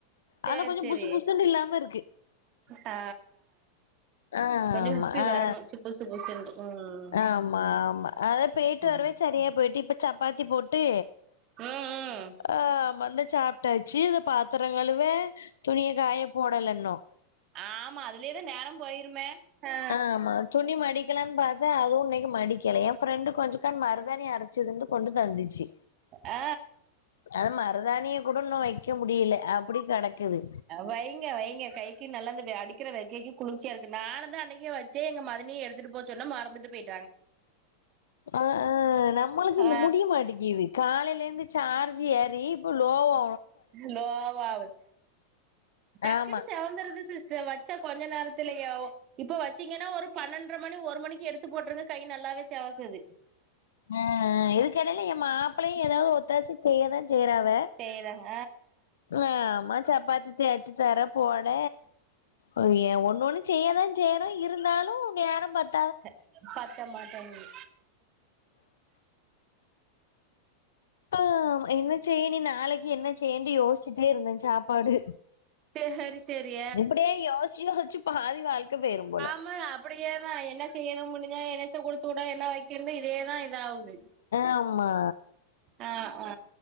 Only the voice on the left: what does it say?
ஆனா கொஞ்சோ
புசு புசுனு இல்லாம இருக்கு
ஆ
ஆமா
ஆ
ஆமா ஆமா அதா பேய்ட்டு
வரவே சரியா போய்ட்டு இப்ப சப்பாத்தி போட்டு
ஆமா இந்தா சாப்ட்டாச்சு இந்த பாத்திரங் கழுவ துணிய காய போடல இன்னோ
ஆமா துணி மடிக்கலான் பாத்தா அதுவு இன்னைக்கி மடிக்கல ஏ ஃப்ரெண்டு கொஞ்சக்கான் மருதாணி அரச் சுதுண்டு கொண்டு தந்துச்சி
அது மருதாணிய கூட இன்னு வக்க முடில அப்டி கெடக்குது
ஆ ஆ நம்மளுக்கு இந்த
முடிய மாட்டேக்கீது காலயில இருந்து சார்ஜ் ஏறி இப்போ லோவோ
ஆமா
அ இதுக்கு எடையில எ மாப்ளயு ஏதாவது ஒத்தாசை செய்ய தா செய்றாவ
ஆமா சப்பாத்தி தேச்சி தர போன அவிய ஒன்னு ஒன்னு செய்யதாந்செய்றொ இருந்தாலு நேரோ பத்
ஆ என்ன செய்ய இனி நாளைக்கி என்ன செய்யன்டு யோஸ்சிட்டே இருந்த சாப்பாடு
இப்டியே யோஸ்ச்சி யோஸ்ச்சி பாதி வாழ்க்க பேய்ரும்போல
ஆமா